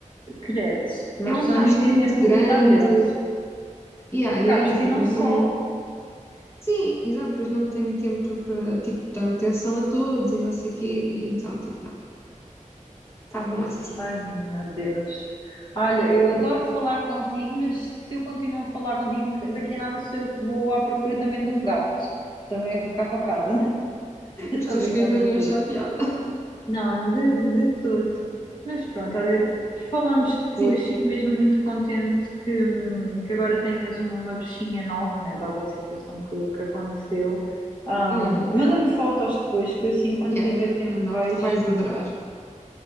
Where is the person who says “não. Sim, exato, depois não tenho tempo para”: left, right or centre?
Left